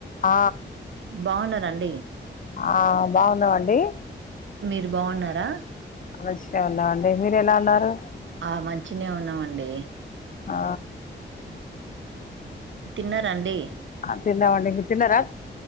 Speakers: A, on the left; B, on the right.
A: ఆ
B: బాగున్నార అండి
A: ఆ బాగున్నావండి
B: మీరు బాగున్నారా
A: మంచిగా ఉన్నావండి మీరు ఎలా ఉన్నారు.
B: ఆ మంచినే ఉన్నామండి
A: ఆ
B: తిన్నరఅండి
A: ఆ తిన్నామండి మీరు తిన్న రా